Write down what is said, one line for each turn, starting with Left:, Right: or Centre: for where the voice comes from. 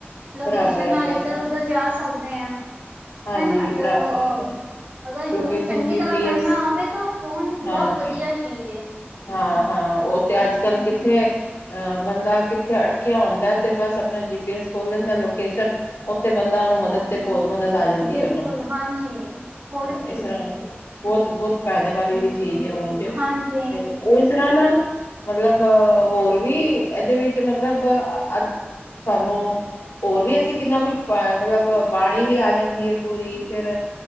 Right: ਲੋਕੇਸ਼ਨ
Left: ਬਰਾਬਰ ਹੈ
Right: ਨਾਲ
Left: ਬਰਾਬਰ
Right: ਇੱਧਰ-ਉੱਧਰ ਜਾ ਸਕਦੇ ਆ।
Left: ਹਾਂਜੀ
Right: ਹੈ ਨਾ ਤੋ-
Left: ਬਰਾਬਰ ਹੈ
Right: ਅ ਅਗਰ ਯੂਜ
Left: ਲੋਕੇਸ਼ਨ
Right: ਚੰਗੀ
Left: ਜੀ
Right: ਤਰ੍ਹਾਂ
Left: ਪੀ
Right: ਕਰਨਾ
Left: ਐਸ
Right: ਹੋਵੇ ਤੋ। ਫ਼ੋਨ ਬਹੁਤ
Left: ਹਾਂਜੀ
Right: ਵਧੀਆ ਚੀਜ਼ ਏ।
Left: ਹਾਂ-ਹਾਂ, ਉਹ ਤੇ ਅੱਜ-ਕੱਲ੍ਹ ਕਿੱਥੇ। ਅ ਬੰਦਾ ਕਿੱਥੇ ਅਟਕਿਆ ਆਉਦਾ ਤੇ ਬੱਸ ਆਪਣਾ ਜੀ ਪੀ ਐੱਸ ਖੋਲ੍ਹ ਲੈਂਦਾ ਲੋਕੇਸ਼ਨ ਉੱਥੇ ਬੰਦਾ ਉਹਨੂੰ ਮਦਦ ਤੇ ਪ ਮਦਦ ਆ ਜਾਂਦੀ
Right: ਬਿਲਕੁਲ
Left: ਉਹਨੂੰ,
Right: ਹਾਂਜੀ ਹੋਰ
Left: ਇਸ
Right: ਕੀ
Left: ਤਰ੍ਹਾਂ ਬਹੁਤ-ਬਹੁਤ ਫਾਇਦੇ ਵਾਲੀ ਵੀ ਚੀਜ਼ ਐ ਉਝ।
Right: ਹਾਂਜੀ।
Left: ਠ <unintelligible> ਉਹ ਇਸ ਤਰ੍ਹਾਂ ਨਾ ਮਤਲਬ ਹੋਰ ਵੀ ਇਹਦੇ ਵਿੱਚ ਮਤਲਬ ਅੱਧ ਸਾਨੂੰ ਹੋਰ ਵੀ ਅਸੀਂ ਕਿੰਨਾ ਕੁਛ ਪਾਇਆ ਮਤਲਬ ਬਾਣੀ ਵੀ ਆ ਜਾਂਦੀ ਆ ਪੂਰੀ। ਫਿਰ